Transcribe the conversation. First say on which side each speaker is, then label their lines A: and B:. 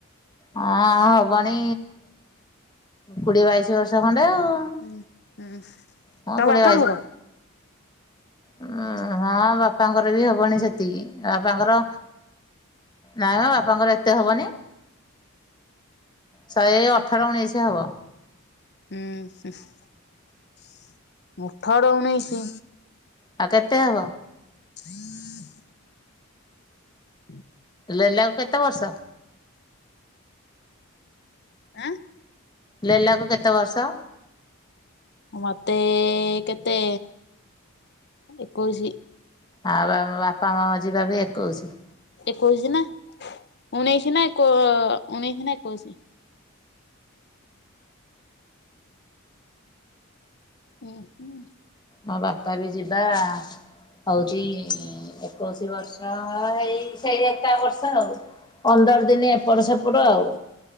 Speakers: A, on the left; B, on the left.
A: ହଁ ହବଣି କୋଡିଏ ବାଇଶି ବର୍ଷ ଖଣ୍ଡେ ଆଉ।
B: ହୁଁ ହୁଁ
A: ହଁ
B: ତମ
A: କୋଡ଼ିଏ
B: ବାପଙ୍କର?
A: ଉଁ ହଁ ବାପାଙ୍କର ବି ହବଣି ସେତିକି ବାପାଙ୍କର ନାମ ବାପାଙ୍କର ଏତେ ହବନି। ଶହେ ଅଠର ଉଣେଇଶି ହବ।
B: ଉଁହୁଁ ଅଠର ଉଣେଇଶି?
A: ଆଉ କେତେ ହବ
B: <unintelligible> <unintelligible>
A: ଲେଲାକୁ କେତେ ବର୍ଷ?
B: ଆଁ?
A: ଲେଲାକୁ କେତେ ବର୍ଷ?
B: ମତେ କେତେ ଏକୋଇଶି।
A: ଆଉ ଆମ ବାପା ଙ୍କ ଯିବା ବି ଏକୋଇଶି।
B: ଏକୋଇଶି ନା ଉଣେଇଶି ନା ଏକ ଉଣେଇଶି ନା ଏକୋଇଶି। ଉଁ ହୁଁ।
A: ମୋ ବାପା ବି ଯିବା ହଉଛି ଏକୋଇଶି ବର୍ଷ ଏଇ ସେଇ ଏକା ବର୍ଷ ଆଉ। ପନ୍ଦର ଦିନ ଏପଟ ସେପଟ ଆଉ।